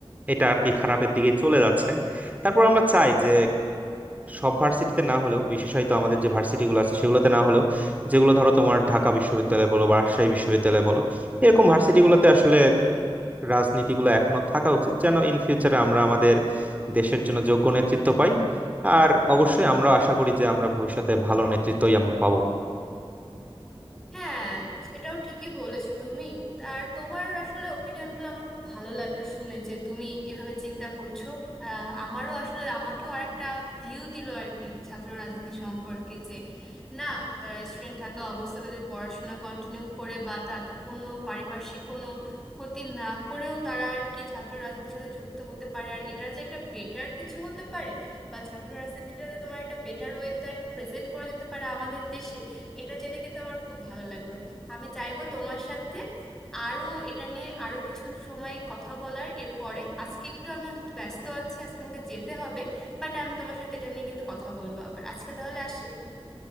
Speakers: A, on the right; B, in the centre.
A: এটা আর কি খারাপের দিকে চলে যাচ্ছে তারপর আমরা চাই যে সব ভার্সিটিতে না হলেও বিশেষত আমাদের যে ভার্সিটি গুলো আছে সেগুলোতে না হলেও যেগুলো ধরো তোমার ঢাকা বিশ্ববিদ্যালয় বলো বা রাজশাহী বিশ্ববিদ্যালয় বলো এরকম ভার্সিটি গুলোতে আসলে রাজনীতিগুলো এখনো থাকা উচিত যেন ইন ফিউচারে আমরা আমাদের দেশের জন্য যোগ্য নেতৃত্ব পাই আর অবশ্যই আমরা আশা করি যে আমরা ভবিষ্যতে ভালো নেতৃত্বই আমরা পাবো
B: হ্যাঁ এটাও ঠিকই বলেছো তুমি আর তোমার আসলে ওপিনিয়নগুলো আমার খুব ভালো লাগলো শুনে যে তুমি এভাবে চিন্তা করছো আহ, আমারও আসলে আমাকেও আরেকটা ভিউ দিল আর কি ছাত্র রাজনীতি সম্পর্কে যে না তারা স্টুডেন্ট থাকা অবস্থায় তাদের পড়াশোনা কন্টিনিউ করে বা তাদের অন্য পারিপার্শ্বিক কোনো ক্ষতি না করেও তারা আর কি ছাত্র রাজনীতির সাথে যুক্ত হতে পারে আর এটার যে একটা বেটার কিছু হতে পারে বা ছাত্র রাজনীতিটাতে তোমার একটা বেটার ওয়েতে আর কি প্রেজেন্ট করা যেতে পারে আমাদের দেশে এটা জেনে কিন্তু আমার খুব ভালো লাগলো আমি চাইবো তোমার সাথে আরো এটা নিয়ে আরো কিছু সময় কথা বলার এরপরে আজকে একটু আমি একটু ব্যস্ত আছি আজকে আমাকে যেতে হবে বাট আমি তোমার সাথে এটা নিয়ে কিন্তু কথা বলবো আবার আজকে তাহলে আসি